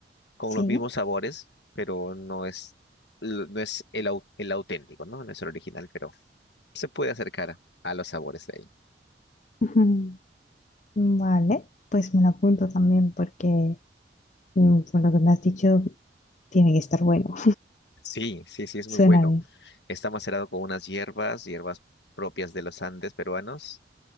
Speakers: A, on the left; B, on the left.
A: con
B: sí.
A: los mismos sabores, pero no es, l- no es el, au- el auténtico, ¿no? No es el original, pero se puede acercar a los sabores de ahí.
B: Ujú. Vale, pues me lo apunto también porque mm, con lo que me has dicho tiene que estar bueno.
A: Sí, sí, sí, es
B: <laughs> Suena
A: muy bueno.
B: bien.
A: Está macerado con unas hierbas, hierbas propias de los Andes peruanos,